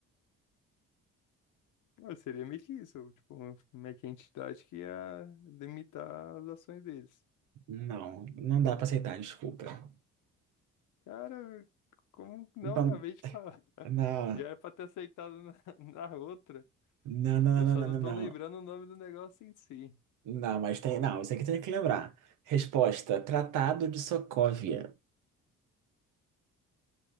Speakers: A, on the left (about 85°); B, on the right (about 85°).
A: Não, seria meio que isso, tipo, uma, meio que a entidade que ia limitar as ações deles.
B: Não, não dá pra aceitar, desculpa.
A: Cara, como não
B: Então,
A: acabei de falar? <laughs>
B: não,
A: Já era pra ter aceitado na, <laughs> na outra.
B: não, não,
A: Eu
B: não,
A: só
B: não,
A: não
B: não,
A: tô
B: não.
A: lembrando
B: Não,
A: o nome do negócio em si.
B: Não, mas tem. Não, isso aqui tem que lembrar. Resposta: Tratado de Sokovia.